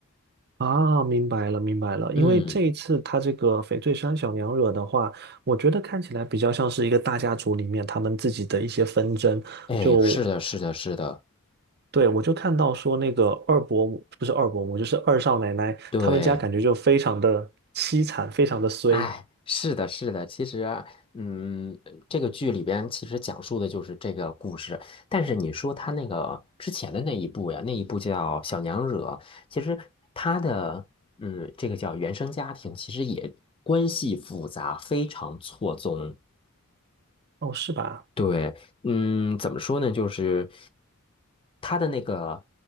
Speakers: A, on the right (about 45°); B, on the left (about 25°).
A: 啊，明白了，明白了，因为这一次他这个翡翠山小娘惹的话，
B: 嗯，
A: 我觉得看起来比较像是一个大家族里面他们自己的一些纷争。
B: 哎，
A: 就
B: 是的，是的，是的，
A: 对，我就看到说那个二伯母，不是二伯母，就是二少奶奶，
B: 对，
A: 他们家感觉就非常的凄惨，非常的衰。
B: 哎，是的，是的。其实啊嗯，这个剧里边其实讲述的就是这个故事。但是你说他那个之前的那一部呀，那一部叫《小娘惹》，其实他的嗯，这个叫原生家庭，其实也关系复杂，非常错综。
A: 哦，是吧？
B: 对，嗯，怎么说呢？就是他的那个